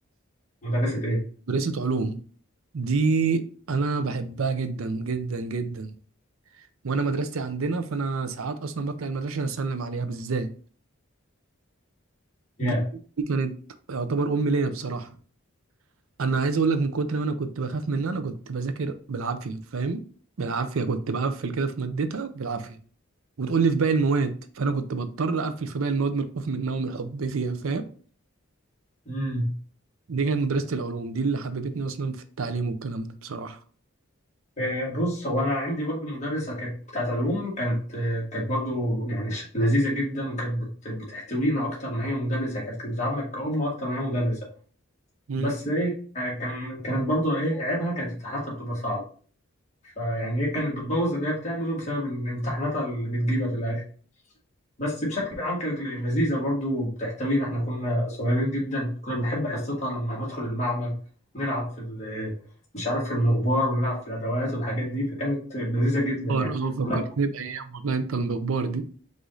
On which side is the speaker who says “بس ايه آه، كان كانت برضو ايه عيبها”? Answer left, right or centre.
Left